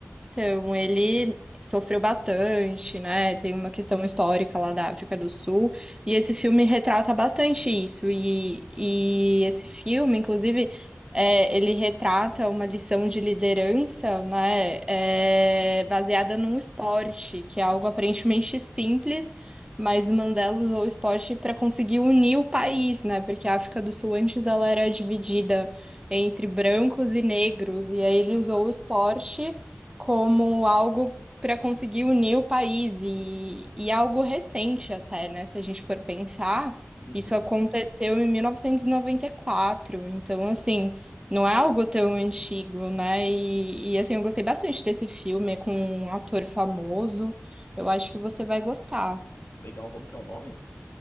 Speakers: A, on the right; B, on the left.
A: Então, ele sofreu bastante, né? Tem uma questão histórica lá da África do Sul, e esse filme retrata bastante isso. E, e esse filme, inclusive, é, ele retrata uma lição de liderança, né? É, baseada num esporte, que é algo aparentemente simples, mas o Mandela usou o esporte para conseguir unir o país, né? Porque a África do Sul antes ela era dividida entre brancos e negros, e aí ele
B: Caraca.
A: usou o esporte como algo para conseguir unir o país e, e algo recente até, né? Se a gente for pensar,
B: Uhum,
A: isso aconteceu em mil novecentos e e noventa e quatro. então assim, não é algo tão antigo, né? E, e assim, eu gostei bastante desse filme, é com um ator famoso. Eu acho
B: uhum.
A: que você vai gostar.
B: Legal, como que é o nome?